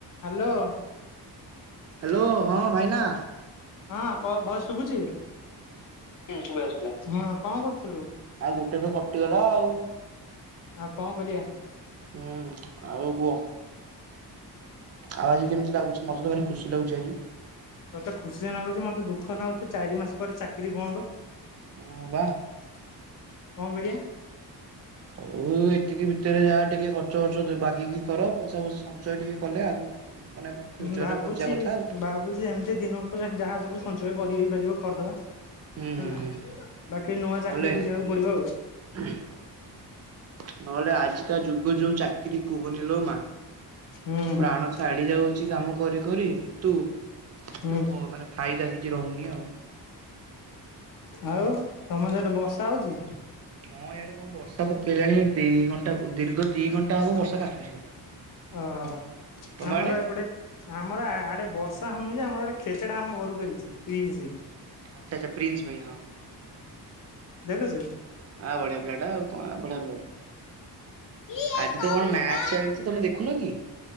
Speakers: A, on the left; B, on the right.
A: ହ୍ୟାଲୋ।
B: ହ୍ୟାଲୋ ହଁ ଭାଇନା।
A: ହଁ କ ଭଏସ୍ ଶୁଭୁଛି ହୁଁ ସୁଵିଲା ସୁଵିଲା କଣ କରୁଥିଲୁ?
B: ଆଉ ଗୋଟେ ତ କଟିଗଲା ଆଉ।
A: ଆଉ କଣ କରିବା।
B: ହୁଁ ଆଉ କୁହ? ଆଉ ଆଜି କେମିତି ଲାଗୁଛି ମତେ ତ ଭାରି ଖୁସି ଲାଗୁଛି ଆଜି।
A: ତତେ ଖୁସିରେ ନାଗୁଛି ମତେ ଦୁଃଖରେ ନାଗୁଛି ଚାରି ମାସ ପରେ ଚାକିରି ବନ୍ଦ।
B: ହୁଁ ବା।
A: କଣ କରିବା?
B: ଆଉ ଏତିକି ଭିତରେ ଯାହା ଟିକେ ଖର୍ଚ୍ଚ ଫର୍ଚ୍ଚ ବାଗେଇକି କର ପଇସା ଫଇସା ସଞ୍ଚୟ ଟିକେ କଲେ ଆଗକୁ ମାନେ ଫ୍ୟୁଚରରେ
A: ଭାବୁଛି
B: ବଞ୍ଚିବା କଥା ଆଉ।
A: ଭାବୁଛି ଏମ୍ ତି ଦିନକୁ ଖୋଲା ଯାହା ସବୁ ସଞ୍ଚୟ କରି ହେଇପାରିବ କରିଦବା ହେଲା।
B: ହୁଁ ହୁଁ ହୁଁ
A: ବାକି ନୂଆ
B: ନହେଲେ
A: ଚାକିରି ଖୋଜିବାକୁ ପଡିବ ଆଉ।
B: ନହେଲେ ଆଜି ଆଜିକା ଯୁଗ ଯୋଉ ଚାକିରି କୁହନି ଲୋ ମା।
A: ହୁଁ ହୁଁ
B: ପ୍ରାଣ
A: ହୁଁ।
B: ଛାଡି ଯାଉଛି କାମ କରି କରି କିନ୍ତୁ ତୁ
A: ହୁଁ
B: ପୁ ଫାଇଦା କିଛି ରହୁନି ଆଉ।
A: ଆଉ ତମର ସେପଟେ ବର୍ଷା ହଉଛି?
B: ହଁ ଇଆଡେ କଣ ବର୍ଷା ପକେଇଲାଣି ଦି ଘଣ୍ଟା ଦୀର୍ଘ ଦି ଘଣ୍ଟା ହବ ବର୍ଷା କାଚୁଛି ଖାଲି।
A: ଓହୋ
B: ତମ
A: ଆମର
B: ଆଡେ
A: ଏପଟେ ଆମର ଆଡେ ବର୍ଷା ହଉନି ଯେ ଆମର ଗୋଟେ ଖେଚେଡା ଆମ ଘରକୁ ଆଇଛିି ପ୍ରିନ୍ସ୍।
B: ଆଚ୍ଛା ଆଚ୍ଛା ପ୍ରିନ୍ସ ଭାଇ ହଁ।
A: ଦେଖୁଚୁ।
B: ଆ ବଢିଆ ପିଲାଟା ଆଉ କଣ ବଢିଆ ପିଲାଟା।
A: କିଏ
B: ଆଜି
A: କହୁଛ
B: ତ କଣ ମ୍ୟାଚ୍ ଚାଲିଛି ତମେ ଦେଖୁନ କି?